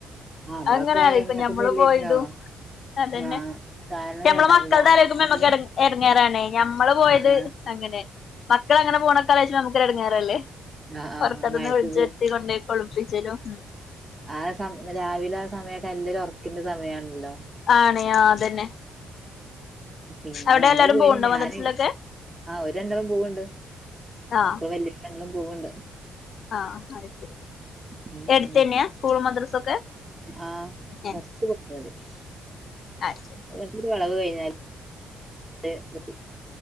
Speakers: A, on the right; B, on the left.
A: ആഹ്
B: അത്
A: ഇവളൊക്കെ
B: എങ്ങനെ ഇപ്പൊ
A: അങ്ങനെത്തന്നെ
B: ഞമ്മളും
A: അല്ലായിരുന്നോ?
B: പോയതും അതന്നെ
A: ആഹ്
B: പക്ഷെ
A: കാരണം
B: നമ്മളെ
A: ത
B: മക്കള്തെ
A: രാ
B: ആലോചിക്ക്മ്പൊ
A: നല്ല
B: നമ്മക്ക് ഇടറങ്ങേറാണേ ഞമ്മള് പോയത്
A: ആഹ് ആഹ്
B: അങ്ങനെ മക്കളെ അങ്ങനെ പോണ ഒക്കെ ആലോചിച്ചാ നമുക്ക് ഇടങ്ങേറല്ലേ
A: ആഹ് ആഹ്
B: ഉറക്കത്ത്ന്ന്
A: മഴയത്ത്
B: വിളിച്ചു ഉണർത്തി കൊണ്ട് പോയിക കുളിപ്പിച്ചലും <unintelligible>
A: ആസം രാവിലെ ആസമയൊക്കെ ന്നല്ലരു ഒറക്കിന്റെ സമയണല്ലോ
B: ആണ് ആഹ് അതന്നെ
A: പിന്നെ
B: അവിടെ
A: നമ്മള്
B: എല്ലാരും
A: പോയി
B: പോവ്ണ്ടോ
A: ഞാന്
B: മദ്രസിലൊക്കെ
A: ആഹ് ഒരു രണ്ടളും പോവ്ണ്ട്
B: ആ
A: അപ്പ വല്യിപ്പന്നും പോവ്ണ്ട്
B: ആഹ് അത് ശരി
A: ഉം
B: എടുത്ത
A: ഉം
B: തന്നെയാ സ്കൂൾ മദ്രസൊക്കെ?
A: ആഹ്
B: ഏ
A: കൊറ്ച്ച് <unintelligible>
B: അത് ശരി
A: ഒര് വളവ് കഴിഞ്ഞാൽ ണ്ട് എത്തി